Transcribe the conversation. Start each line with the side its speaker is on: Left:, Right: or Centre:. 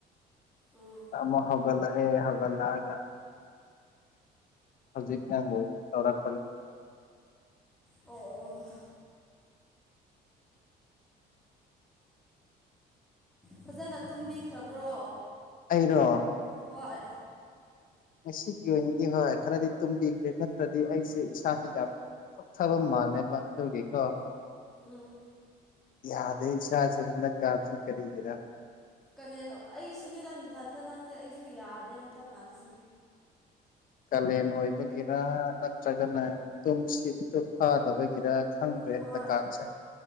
Centre: ꯎꯝ
Left: ꯑꯃꯨꯛ ꯍꯧꯒꯠꯂꯛꯑꯦ ꯍꯧꯒꯠꯂꯛꯑꯒ ꯍꯧꯖꯤꯛ ꯅꯃꯨꯛ ꯇꯧꯔꯛꯄꯅꯤ
Centre: ꯑꯣ ꯑꯣ ꯐꯖꯅ ꯇꯨꯝꯕꯤꯈ꯭ꯔꯕ꯭ꯔꯣ
Left: ꯑꯩꯔꯣ
Centre: ꯍꯣꯏ
Left: ꯉꯁꯤꯒꯤ ꯑꯣꯏꯅꯗꯤ ꯍꯣꯏ ꯈꯔꯗꯤ ꯇꯨꯝꯕꯤꯈ꯭ꯔꯦ ꯅꯠꯇ꯭ꯔꯗꯤ ꯑꯩꯁꯦ ꯏꯁꯥꯥꯁꯦ ꯌꯥꯝ ꯆꯣꯛꯊꯕ ꯃꯥꯜꯂꯦꯕ ꯑꯗꯨꯒꯤꯀꯣ
Centre: ꯎꯝ
Left: ꯌꯥꯗꯦ ꯏꯁꯥꯖꯤ ꯍꯟꯗꯛ ꯀꯥꯟꯖꯤ ꯀꯔꯤꯒꯤꯔꯥ
Centre: ꯀꯥꯂꯦꯟ ꯑꯩꯁꯨꯅꯤꯗ ꯅꯊꯟꯇ ꯅꯠꯇꯦ ꯑꯩꯁꯨ ꯌꯥꯗꯦ ꯍꯟꯗꯛ ꯀꯥꯟꯁꯦ
Left: ꯀꯥꯂꯦꯟ ꯑꯣꯏꯕꯒꯤꯔꯥ ꯅꯠꯇ꯭ꯔꯒꯅ ꯇꯨꯝꯁꯤꯠ ꯇꯨ ꯐꯥꯗꯕꯒꯤꯔ ꯈꯪꯗ꯭ꯔꯦ
Centre: ꯍꯣꯏ
Left: ꯍꯟꯗꯛꯀꯥꯟꯁꯦ